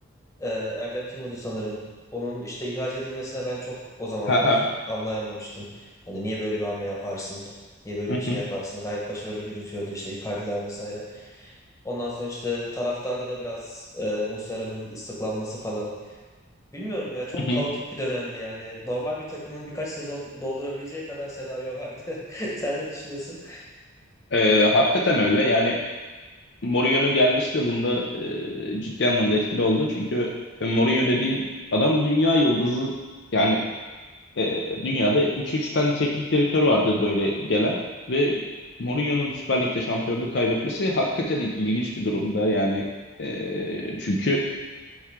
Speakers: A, on the left (about 15°); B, on the left (about 55°).
A: ee, Erdem Timur'du sanırım. Onun işte ihraç edilmesine ben çok o zamanlar
B: Ha ha,
A: anlayamamıştım. Hani niye böyle bir hamle yaparsın? Niye böyle
B: hı
A: bir şey
B: hı,
A: yaparsın? Gayet başarılı yürütüyordu işte Icardi'ler vesaire. Ondan sonra işte taraftarda da biraz e, Muslera'nın ıslıklanması falan. Bilmiyorum ya çok
B: hı
A: kaotik
B: hı.
A: bir dönemdi yani. Normal bir takımın birkaç sezon doldurabileceği kadar senaryo vardı. <laughs> Sen ne düşünüyorsun?
B: Ee, hakikaten öyle. Yani Mourinho'nun gelmesi de bunda e, ciddi anlamda etkili oldu. Çünkü e, Mourinho dediğin adam dünya yıldızı yani e, dünyada iki üç tane teknik direktör vardır böyle gelen ve Mourinho'nun Süper Lig'de şampiyonluk kaybetmesi hakikaten il- ilginç bir durumda. Yani e, çünkü